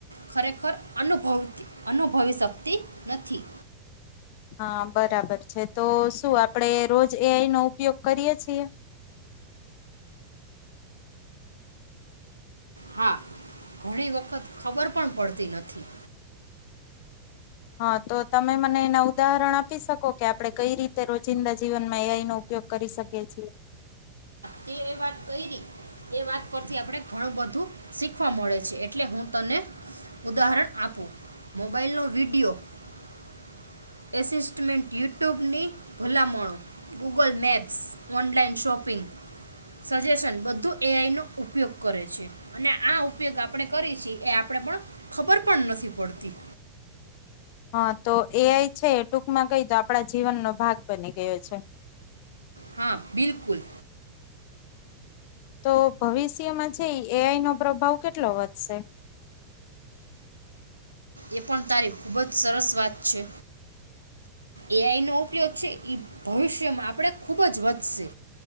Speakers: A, on the right; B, on the left.
A: ખરેખર અનુભવતી અનુભવી શકતી નથી
B: હા બરાબર છે તો શું આપડે રોજ એઆઈ નો ઉપયોગ કરીય છીએ
A: હા ઘણી વખત ખબર પણ પડતી નથી
B: હા તો તમે મને એના ઉદાહરણ આપી શકો કે આપડણે કઈ રીતે રોજિંદા જીવનમાં એઈ નો ઉપયોગ કરી શકીએ છીએ
A: તે એ વાત કઈ ર એ વાત ઉપથી આપણે ઘણું બધું શીખવા મળે છે એટલે હું તને ઉદાહરણ આપું મોબાઈલ નો વિડીિયોમેન્ટ યુટ્યુબની ભલામણો Google maps online shopping suggestion બધું એઆઈનો ઉપ ઉપયોગ કરે છે અને આ ઉપયોગ આપણે કરી છી એ આપણેે પણ ખબર પણ નથી પડતી
B: હા તો એ છે ટૂંકમાં કહી તો આપણા જીવનનોો ભાગ બની ગયો છે
A: હા બિકુલ
B: તો ભવિષ્યમાં છે એઆઈ નો પ્રભાવ કેટલો વધશે
A: એ પણ તારી ખૂબ જ સરસ વાત છે એઆઈ નો ઉપયોગ છે એ ભવિષ્યમાં આપણે ખૂબ જ વધશે